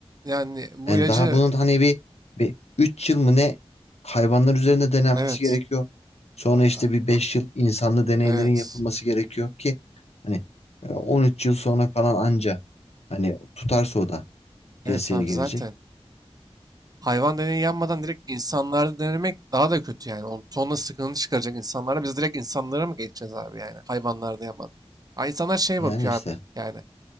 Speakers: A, on the right; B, on the left.
A: yani bu
B: Yani
A: ilacı
B: daha bunun hani bir, bir 3 yıl mı ne hayvanlar üzerinde denenmesi
A: evet.
B: gerekiyor. Sonra
A: A- a-
B: işte bir
A: a-
B: beş yıl insanlı deneylerin
A: Evet.
B: yapılması gerekiyor ki hani e, 13 yıl sonra falan anca hani tutarsa o da piyasaya
A: Evet abi
B: gelecek.
A: zaten. Hayvan deneyi yanmadan direkt insanlarda denemek daha da kötü yani. On tonla sıkıntı çıkaracak insanlara. Biz direkt insanlara mı geçeceğiz abi yani? Hayvanlarda yapmadan. Ha, insanlar şey
B: Yani
A: bakıyor
B: işte.
A: abi yani.